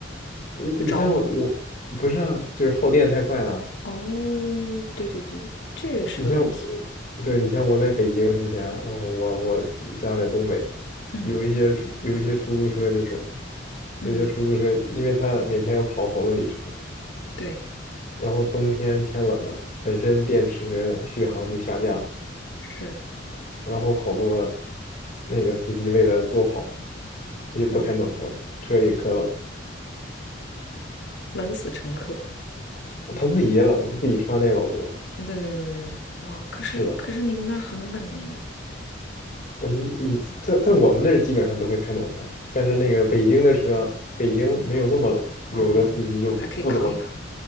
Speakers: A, on the left; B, on the left.
A: 你你像我，
B: 会着吗？
A: 不是啊，就是耗电太快了，
B: 哦，对对对对，这个是个问题。
A: 你像我，对你像我在北京之前，哦，我我家在东北，
B: 嗯
A: 有一些出有一些出租车就是，
B: 嗯，
A: 有一些出租车，因为它每天要跑好多里程，
B: 对，
A: 然后冬天天冷了，本身电池续航就下降了，
B: 是，
A: 然后好多那个司机为了多跑，他就不开暖风，
B: 哦，
A: 车里可冷了，
B: 冷死乘客。
A: 他自己也冷，他自己穿的也老多。
B: 对，哇，可是可是你们那儿很冷诶。
A: 是的，嗯，你在在我们那儿基本上都会开暖房，但是那个北京的车，北京没有那么冷，有的司机就不怎么，
B: 哦，还可以扛一扛